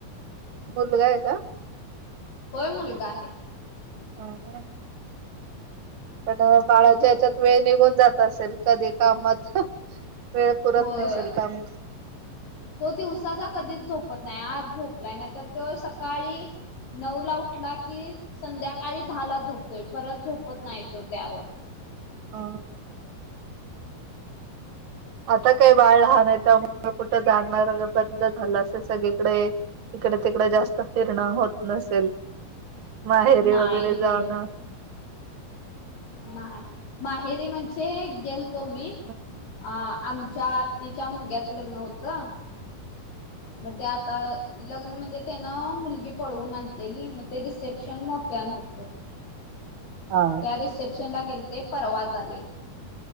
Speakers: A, on the right; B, on the left.
A: मुलगा आहे का?
B: होय मुलगा आहे.
A: ह पण बाळाच्या
B: तो झोप
A: याच्यात वेळ निघून जात असेल कधी कामात वेळ पुरत
B: होय.
A: नसेल काम.
B: तो दिवसाचा कधीच झोपत नाही आज झोपलाय नाही तर तो सकाळी नऊ ला उठला की संध्याकाळी दहा ला झोपतोय परत झोपत नाही तो त्यावर.
A: अ आता काही बाळ लहान आहे त्यामुळ कुठं जाणार बंद झालं असेल सगळीकडे. इकडे तिकड जास्त फिरणं होत नसेल माहेरी
B: नाही
A: वगैरे
B: होय
A: जाऊणं.
B: नाही माहेरी म्हणजे गेलतो मी
A: हा
B: अ आम च्या आत्तीच्या मुलग्याचं लग्न होतं. मग ते आता लग्न म्हणजे त्यानं मुलगी पळवून आणलेली मग ते रिसेप्शन मोठ्यान होतं. <inaudible>
A: ह
B: त्या रिसेप्शनला गेले ते परवाच आले